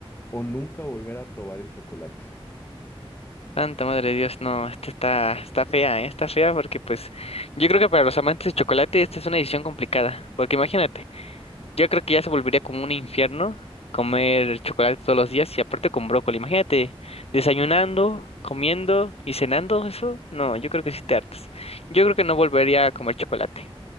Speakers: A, on the left; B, on the left.
A: o nunca volver a probar el chocolate?
B: Santa madre de Dios, no, esta está, está fea, ¿eh? Está fea porque pues yo creo que para los amantes de chocolate esta es una decisión complicada, porque imagínate, yo creo que ya se volvería como un infierno comer chocolate todos los días y aparte con brócoli, imagínate, desayunando, comiendo y cenando eso, no, yo creo que sí te hartas. Yo creo que no volvería a comer chocolate.